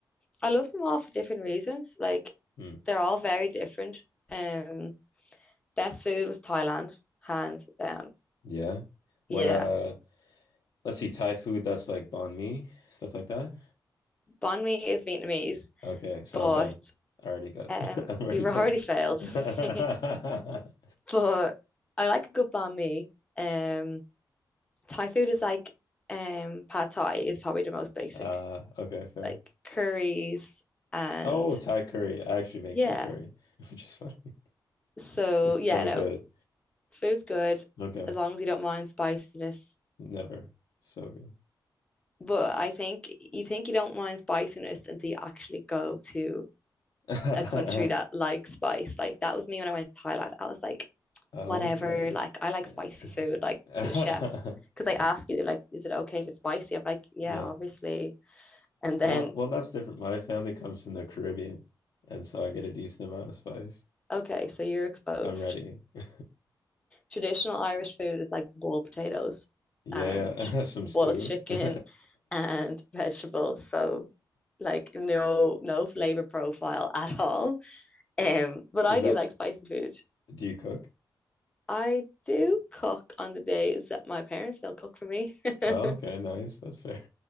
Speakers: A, on the left; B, on the left.
A: I love them all for different reasons. Like
B: Hmm.
A: they're all very different. Um, best food was Thailand, hands down.
B: Yeah. What
A: Yeah,
B: uh let's see, Thai food that's like banh mi, stuff like that.
A: banh mi is Vietnamese,
B: Okay, so
A: but
B: I'm done. I already got
A: um,
B: <laughs> I'm already
A: you've
B: done.
A: already failed.
B: <laughs>
A: <laughs> But I like a good banh mi. Um, Thai food is like um pad Thai is probably the most basic,
B: Uh okay, fair.
A: like curries and
B: Oh, Thai curry. I actually make
A: yeah.
B: Thai curry, <laughs> which is funny.
A: So
B: It's
A: yeah,
B: so
A: no.
B: good.
A: Food's good
B: Okay.
A: as long as you don't mind spiciness.
B: Never. So good.
A: But I think you think you don't mind spiciness until you actually go to
B: <laughs>
A: a country that likes spice. Like that was me when I went to Thailand. I was like,
B: Okay.
A: whatever, like I like
B: Yeah.
A: spicy food, like
B: <laughs>
A: to the chefs. Because they ask you, they're like, is it okay if it's spicy? I'm like, yeah,
B: Yeah.
A: obviously. And then,
B: No, well, that's different. My family comes from the Caribbean, and so I get a decent amount of spice.
A: okay, so you're exposed.
B: I'm ready. <laughs>
A: traditional Irish food is like boiled potatoes
B: Yeah,
A: and
B: yeah. <laughs> Some
A: boiled
B: stew.
A: chicken
B: <laughs> Is
A: and <laughs> vegetables. So like no no flavor profile at all. Um, but I
B: that,
A: do like spicy food.
B: do you cook?
A: I do cook on the days that my parents don't cook for me. <laughs>
B: Oh, okay, nice. That's fair.